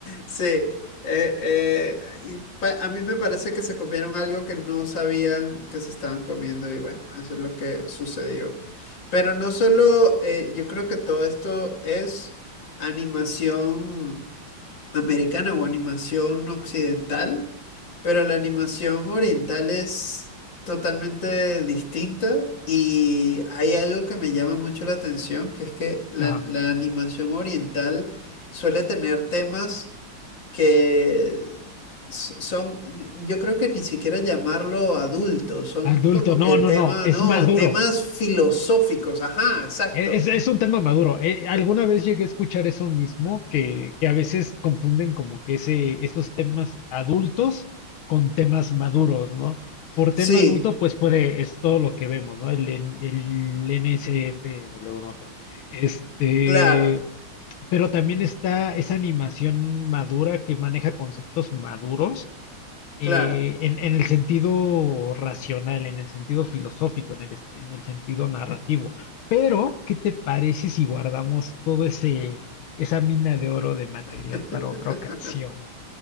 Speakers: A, on the left; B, on the left.
A: sí. Eh, eh, y pa- a mí me parece que se comieron algo que no sabían que se estaban comiendo y bueno, eso es lo que sucedió. Pero no solo, eh, yo creo que todo esto es animación americana o animación occidental, pero la animación oriental es totalmente distinta y hay algo que me llama mucho la atención, que es que la,
B: Ajá.
A: la animación oriental suele tener temas que s- son, yo creo que ni siquiera llamarlo adultos, son
B: Adulto,
A: como
B: no,
A: que temas,
B: no, no, es
A: no,
B: maduro.
A: temas filosóficos, ajá, exacto,
B: Es, es un tema maduro. Eh, alguna vez llegué a escuchar eso mismo, que, que a veces confunden como que ese, esos temas adultos con temas maduros, ¿no? Por
A: sí,
B: tema adulto, pues puede, es todo lo que vemos, ¿no? El, N- el NSFW, no me acuerdo. Este,
A: claro,
B: pero también está esa animación madura que maneja conceptos maduros eh,
A: claro.
B: en, en el sentido racional, en el sentido filosófico, en el, est- en el sentido narrativo. Pero, ¿qué te parece si guardamos todo ese, esa mina de oro de material
A: <laughs>
B: para otra ocasión?